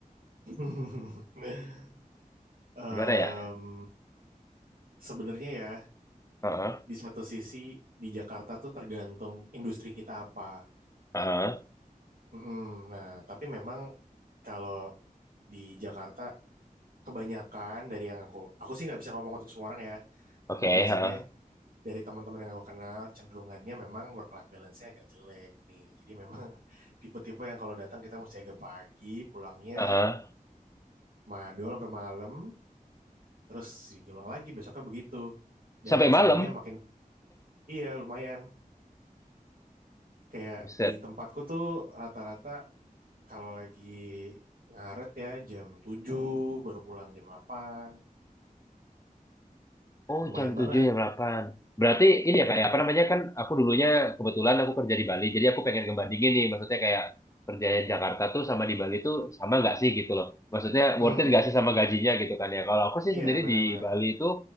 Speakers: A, on the right; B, on the left.
A: <laughs> Em,
B: Gimana ya?
A: sebenarnya ya,
B: Heeh,
A: di satu sisi di Jakarta tuh tergantung industri kita apa.
B: heeh.
A: Mm-mm. Nah, tapi memang kalau di Jakarta kebanyakan dari yang aku, aku sih nggak bisa ngomong untuk semua orang ya.
B: Oke,
A: Tapi biasanya
B: heeh.
A: dari teman-teman yang aku kenal cenderungannya memang work life balance-nya agak jelek nih. Jadi memang <laughs> tipe-tipe yang kalau datang kita mesti agak pagi, pulangnya
B: Heeh.
A: madol sampai malam terus diulang lagi besoknya begitu dan
B: sampai malam.
A: sayangnya makin iya lumayan kayak
B: Buset.
A: di tempatku tuh rata-rata kalau lagi ngaret ya jam 7 baru pulang jam delapan,
B: Oh,
A: lumayan
B: jam tujuh
A: banget
B: jam delapan. Berarti ini ya kayak apa namanya kan aku dulunya kebetulan aku kerja di Bali. Jadi aku pengen ngebandingin nih maksudnya kayak kerja di Jakarta tuh sama di Bali tuh sama nggak sih gitu loh. Maksudnya
A: hmm
B: worth it nggak sih sama gajinya gitu kan ya. Kalau aku sih
A: iya
B: sendiri
A: benar-benar
B: di Bali itu